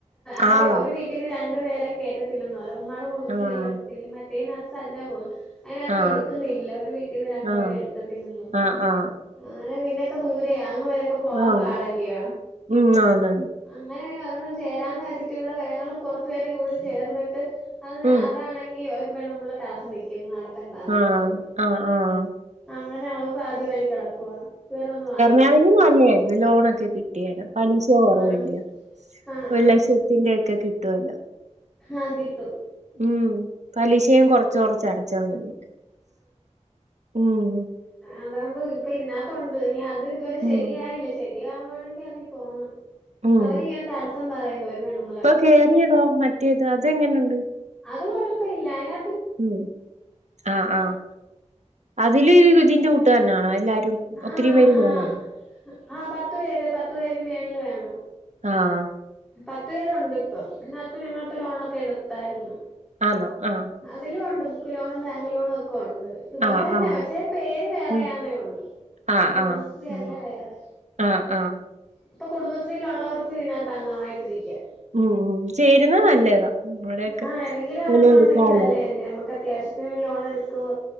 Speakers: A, in the centre; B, on the right.
A: ആര്
B: ആളാ
A: ഒരു വീ ട്ടീന്ന്‌ രണ്ടു പേരെ കേറ്റത്തില്ലന്ന് പറ ഉമ്മാടെ കുടുംബസ്രീ
B: ആഹ്
A: ട്‌ത്തില്ല മറ്റേനത്ത് <unintelligible> അയ്നത്ത്
B: ആഹ്
A: എടുക്കുന്നില്ല ഒരു വീട്ടീന്ന് രണ്ടുപേരെ
B: ആഹ്
A: എട്ക്കത്തില്ലെന്ന് പറഞ്.
B: ആഹ് ആഹ്
A: അനെ പിന്നൊക്കെ ദൂരെയാ അങ് വരൊക്കെ പോവാൻ
B: ആഹ്
A: പാടല്ല്യോ?
B: ഉം ആന്ന്
A: അങ്ങനെ പിന്നെ ഒരെണ്ണം ചേരാന്ന് വെച്ച്ട്ട് ഇവടെ വേങ്ങള് കൊറച്ച് പേരേം കൂടി ചേർന്ന്ട്ട് അത്
B: ഉം
A: അതാണെങ്കി ഒരു പെണ്ണുംപുള്ള തടസ്സം നിക്കുന്നു നടത്തണ്ടന്ന്
B: ആഹ്
A: പർഞ്ഞോണ്ട്.
B: ആഹ് ആഹ്
A: അങ്ങനെ അത് പാതി വഴി കെടക്കുവ ഇതുവരെ ഒന്നും ആയി
B: <unintelligible> ലോണൊക്കെ കിട്ട്യാലോ പലിശ കൊറവല്ല്യോ
A: ആഹ് ആഹ്
B: ഒരു
A: ആഹ്
B: ലക്ഷത്തിന്റെ ഒക്കെ കിട്ടുവല്ലോ?
A: ആഹ് കിട്ടും.
B: ഉം പലിശയും കൊറച്ച് കൊറച്ച് അടച്ച മതി ഉം.
A: അതോണ്ട് ഇപ്പൊ ഇതിനത്ത് ഉണ്ട് ഇനി അത് ഇതുവരെ ശരിയായില്ല
B: ഉം
A: ശരിയാവാണെങ്കി അതി പോണം.
B: ഉം
A: അവരിങ്ങനെ തടസ്സം പറയും ഒരു പെണ്ണും
B: ഇപ്പൊ കേറിയതോ മറ്റേത് അതെ ങ്ങനെ ഉണ്ട്?
A: അത് കൊയപല്ല്യ അയ്ന
B: ഉം ആഹ് ആഹ് അതില് ഇതിന്റെ കൂട്ട്കാരണാണോ എല്ലാരും? ഒത്തരി
A: ആഹ്
B: പേര് പോണോ?
A: ആഹ് ആഹ് പത്ത് പേര് പത്ത് പേര് മേല്ല് വേണം.
B: ആഹ്.
A: പത്ത് പേരുണ്ട് ഇപ്പം അതിനത്ത് ഞങ്ങളിപ്പോ ലോണൊക്കെ എട്ത്തായിര്ന്ന്.
B: ആണോ ആഹ്
A: അതിലും ഉണ്ട് ബുക്ക് ലോണും ബാങ്ക് ലോണും ഒക്കെ ഒ ഇതുപോലെ
B: ആഹ്,
A: തന്നെ
B: ആഹ്.
A: പക്ഷേ പേര് വേറെയാന്നേ
B: ഉം.
A: ഒള്ളു
B: ആഹ്,
A: കുടുംബശ്രീയല്ലേ
B: ആഹ്. ഉം.
A: വേറെ
B: ആഹ് ആഹ്.
A: ഇപ്പൊ കുടുംബ സ്രീലുള്ളവർക്കും ഇതിനത്ത് അംഗമായിട്ടിരിക്ക്യാ.
B: ഉം ഉം ചേരുന്ന നല്ലതാ ഇവടെ ഒക്കെ
A: ആഹ് ഏതെങ്കിലും ഒരെണ്ണം
B: <unintelligible> എടുക്കാലോ
A: ഉണ്ടെങ്കി നല്ലതല്ലേ നമുക്ക് അത്യാവശ്യത്തിന് ലോൺ എടുക്കും